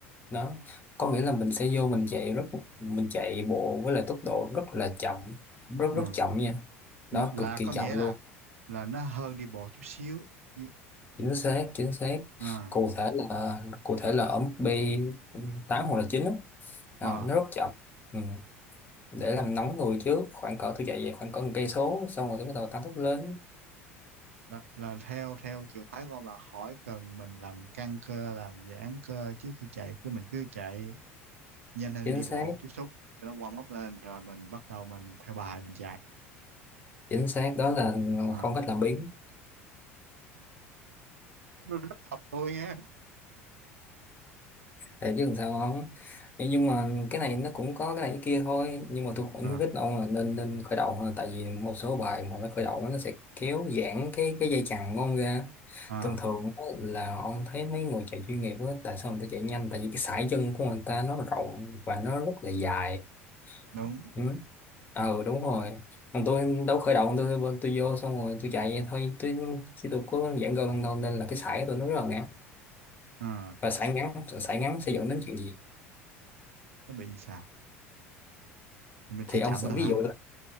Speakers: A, on the left; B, on the right.
A: đó có nghĩa là mình sẽ vô mình chạy rất mình chạy bộ với lại tốc độ rất là chậm rất
B: ừ
A: rất chậm nha đó
B: là, là
A: cực kỳ
B: có
A: chậm
B: nghĩa là
A: luôn
B: là nó hơn đi bộ chút xíu Chứ-
A: chính xác chính xác
B: à
A: cụ thể là cụ thể là ở mức B 8 hoặc là 9 á Ờ,
B: à
A: nó rất chậm ừ. để làm nóng người trước khoảng cỡ tôi chạy về khoảng cỡ một cây số xong rồi tôi bắt đầu tăng tốc lên
B: là, là theo theo trường phái của ông là khỏi cần mình làm căng cơ làm giãn cơ trước khi chạy cứ mình cứ chạy nhanh hơn
A: chính
B: đi
A: xác
B: bộ chút xíu cho nó warm up lên rồi mình bắt đầu mình theo bài mình chạy
A: chính xác đó là
B: à
A: phong cách làm biếng
B: nó rất hợp tôi á
A: để chứ làm sao không nhưng mà cái này nó cũng có cái này cái kia thôi nhưng mà tôi cũng
B: à
A: khuyến khích ông là nên nên khởi động thôi. tại vì một số bài mà nó khởi động á, nó sẽ kéo giãn cái cái dây chằng của ông ra
B: à
A: thường thường á, là ông thấy mấy người chạy chuyên nghiệp á tại sao người ta chạy nhanh tại vì cái sải chân của người ta nó rộng và nó rất là dài
B: đúng
A: Ừ. Ờ đúng rồi Còn tôi đâu khởi động tôi tôi vô xong rồi tôi chạy vậy thôi tôi chứ tôi có giãn gân đâu nên là cái sải của tôi nó rất là ngắn
B: à
A: và sải ngắn sải ngắn sẽ dẫn đến chuyện gì
B: nó bị sao thì mình chỉ
A: thì ông
B: chậm
A: sẽ
B: thôi
A: ví
B: hả
A: dụ là,